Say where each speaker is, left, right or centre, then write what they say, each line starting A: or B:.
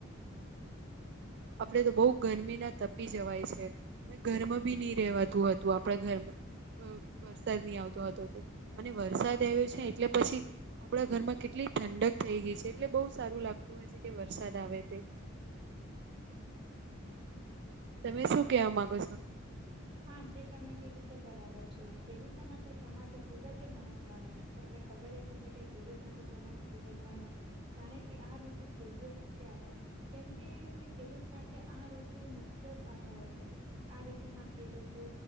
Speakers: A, on the right; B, on the right.
A: આપડે તો બઉ ગરમી ના તપી જવાય છે. અને ઘરમાં બી નહીં રહેવાતું હતું આપણા ઘરમાં, વ વરસાદ નહીં આવતો હતો તે. અને વરસાદ આવ્યો છે એટલે પછી આપણા ઘરમાં કેટલી ઠંડક થઈ ગઈ છે. એટલે બહુ સારું લાગતું હોય કહે છે કે વરસાદ આવે તે તમે શું કેહવા માંગો છો?
B: હા જે તમે કીધું તે બરાબર છે ખેડૂતો માટે ચોમાસું ખુબ જ મહત્વનું છે ત ખબર જ હશે કે ખેડૂત માટે ચોમાસું ખુબ જ નારામ. કારણ કે આ ઋતુ ખેતીઓ મૂકી આધાર કેમ કે તે ખેડૂત માટે આ ઋતુ મુખ્ય આધાર છે આ ઋતુમાં ખેડુંતો